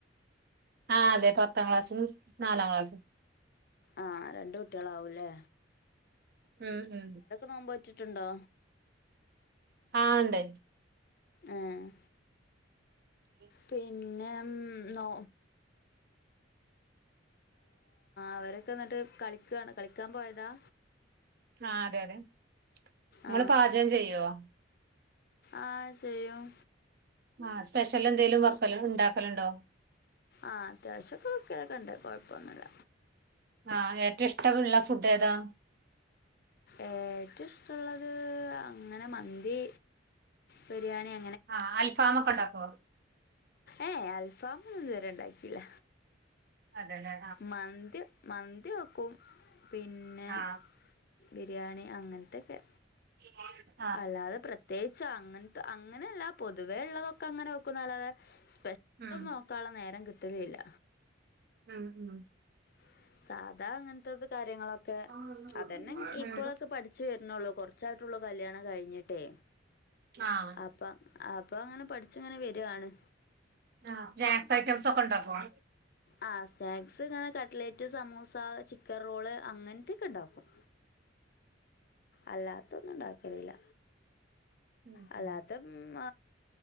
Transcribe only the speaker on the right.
ആഹ് അതെ പത്താം ക്ലാസ്സും നാലാം ക്ലാസും
ഉം ഉം
ആഹ് ഉണ്ട്
<inaudible>
ആഹ് അതെ അതെ നിങ്ങള്
പാചകം ചെയ്യുവോ
ആഹ് സ്പെഷ്യൽ എന്തേലിലും വക്കല് ഉണ്ടാക്കലുണ്ടോ
ആഹ് ഏറ്റവും ഇഷ്ടമുള്ള ഫുഡ് ഏതാ
ആഹ് അൽഫാമ്ക്ക ഒണ്ടാക്ക്‌വോ
അതെല്ലെ
ആഹ്
<unintelligible>
ഉം
ഉം ഉം
ആഹ്
ആഹ്
ആഹ് സ്നാക്സ് ഐറ്റംസ്ക്കെ ഉണ്ടാക്കുമോ
ഉം
ഉം